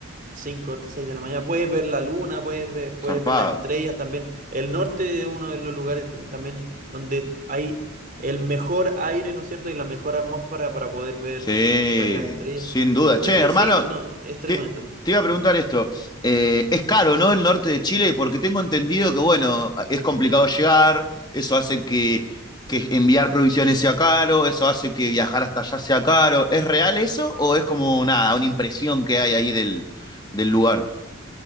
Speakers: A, on the right; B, on the left.
A: 5 6 de la mañana. Puedes ver la luna, puedes ver, puedes
B: zarpado.
A: ver las estrellas también. El norte es uno de los lugares también donde hay el mejor aire, ¿no es cierto? Y la mejor atmósfera para poder ver,
B: Sí,
A: ver las estrellas.
B: sin duda.
A: Entonces,
B: Che, hermano,
A: sí, no, es tremendo.
B: te, te iba a preguntar esto. Eh, es caro, ¿no? El norte de Chile, porque tengo entendido que, bueno, es complicado llegar, eso hace que, que enviar provisiones sea caro, eso hace que viajar hasta allá sea caro. ¿Es real eso o es como nada, una impresión que hay ahí del, del lugar?